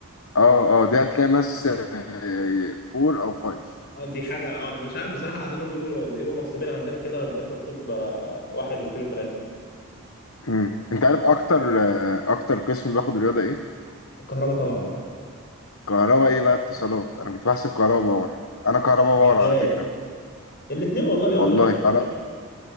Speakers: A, on the left; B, on the left.
A: اه اه دي هتلاقي ماس 4 او 5
B: اه دي حاجة اه انا مش عارف بصراحة عددهم بيبقوا بيبقوا مكتوبين عندنا كده ما بيبقاش مكتوب آه، واحد واثنين وثلاثة
A: امم انت عارف اكتر آه، اكتر قسم باخد رياضه ايه
B: الكهرباء طبعا
A: كهرباء ايه بقى اتصالات انا كنت بحسب كهرباء باور انا كهرباء باور
B: ازاي
A: على فكره
B: الاثنين والله بياخدوا
A: والله
B: راتب
A: كهرباء
B: كتير